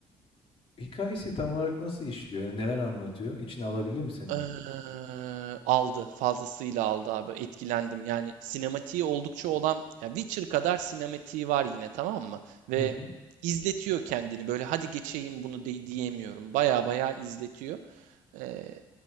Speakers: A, on the left; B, on the right.
A: Hikâyesi tam olarak nasıl işliyor? Yani neler anlatıyor? İçine alabildi mi seni?
B: Eee, aldı. Fazlasıyla aldı abi. Etkilendim. Yani sinematiği oldukça olan ya Witcher kadar sinematiği var yine tamam mı? Ve
A: Hı hı.
B: izletiyor kendini. Böyle hadi geçeyim bunu de- diyemiyorum. Baya baya izletiyor. Eee,